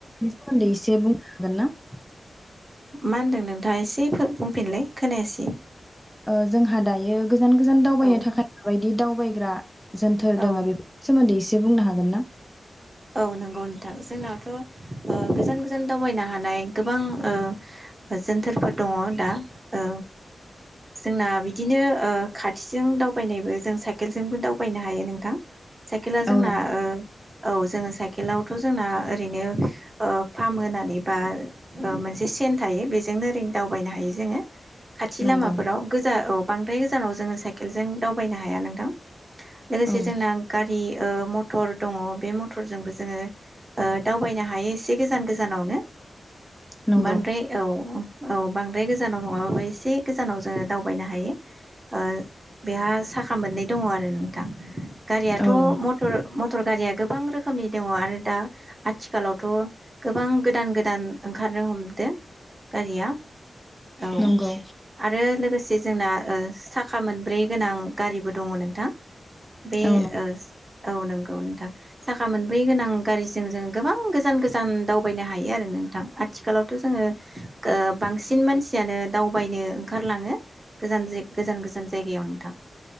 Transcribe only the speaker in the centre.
सदै एसे बुंनो हागोन ना? <inaudible>
ओ जोंहा दायो गोजान गोजान दावबायनो
थाखाय बायदि दि दावबायग्रा जोनथार
दङ बेफोरनि सोमोन्दैसे एसे बुंनो हागोन ना?
औ नंगौ
नंगौ
औ
नंगौ
औ नंगौ
नंगौ
औ नंगौ